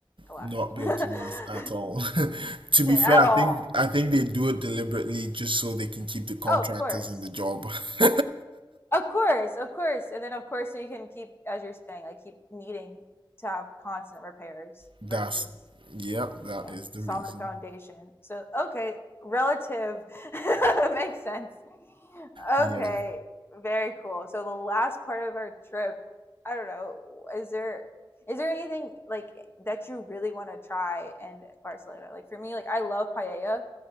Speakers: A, on the left (about 25°); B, on the right (about 75°).
A: to last
B: not built
A: <laughs>
B: to last at all. <laughs> To be
A: at
B: fair, I
A: all.
B: think I think they do it deliberately just so they can keep the contractors
A: Oh, of course.
B: in the job. <laughs>
A: Of course, of course. And then of course so you can keep as you're saying, like keep needing to have constant repairs
B: That's
A: versus,
B: yep, that
A: you know,
B: is the
A: solid
B: reason.
A: foundation. So okay, relative <laughs> makes sense. Okay,
B: Yeah.
A: very cool. So the last part of our trip, I don't know, is there is there anything like that you really want to try in Barcelona? Like for me, like I love paella.